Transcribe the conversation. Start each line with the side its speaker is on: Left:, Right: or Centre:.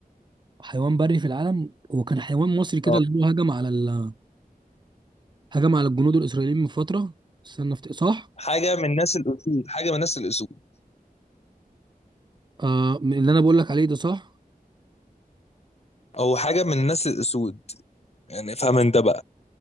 Right: حيوان بري في العالم هو كان حيوان مصري كده
Left: اه
Right: اللي هو هجم على ال... هجم على الجنود الإسرائيليين من فترة استنى افتكر صح
Left: حاجه من نسل الاسود حاجه من نسل الاسود
Right: آه اللي أنا بقول لك عليه ده صح
Left: او حاجه من نسل الاسود يعني افهم انت بقى